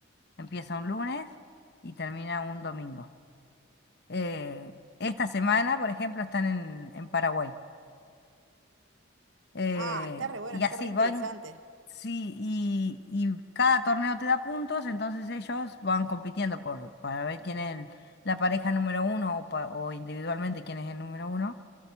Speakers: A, on the left; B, on the right.
A: Empieza un lunes y termina un domingo. Eh, esta semana, por ejemplo, están en, en Paraguay. Eh,
B: Ah, está re bueno,
A: y
B: está
A: así
B: re interesante.
A: van, sí, y, y cada torneo te da puntos, entonces ellos van compitiendo por, para ver quién es el- la pareja número uno o, pa- o individualmente quién es el número uno,